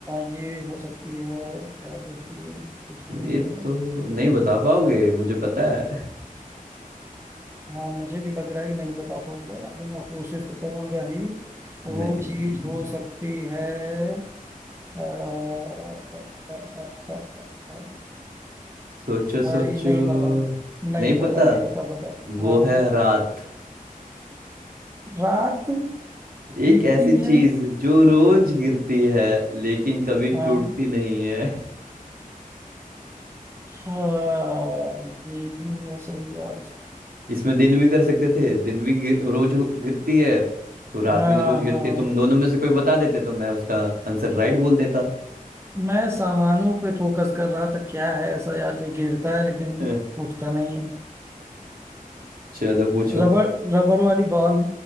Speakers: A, on the right; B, on the right.
A: ये हो सकती है क्या गिरती है गिरती नहीं
B: ये तो नहीं बता पाओगे मुझे पता है
A: हाँ मुझे भी लग रहा है कि नहीं बता पाऊंगा लेकिन मैं कोशिश तो करूंगा ही वो
B: नहीं
A: चीज हो सकती है अ, अ, अ, अ, अ, अ,
B: सोचो
A: भाई
B: सोचो
A: नहीं पता नहीं
B: नहीं
A: पता
B: पता
A: नहीं पता बता
B: वो
A: हाँ
B: है रात
A: रात गिरती
B: एक ऐसी चीज
A: है
B: जो रोज गिरती है लेकिन कभी टूटती
A: हाँ
B: नहीं है
A: हाँ ये भी है सही बात
B: इसमें दिन भी कर सकते थे दिन भी गिर, रोज गिरती है तो रात
A: हाँ
B: भी रोज गिरती
A: हाँ
B: है तुम दोनों में से कोई बता देते तो मैं उसका आंसर राइट बोल देता
A: मैं सामानों पे फोकस कर रहा था क्या है ऐसा यार जो गिरता है लेकिन
B: <laughs>
A: उठता नहीं है
B: चलो पूछो
A: रबड़
B: <laughs>
A: रबड़ वाली बॉल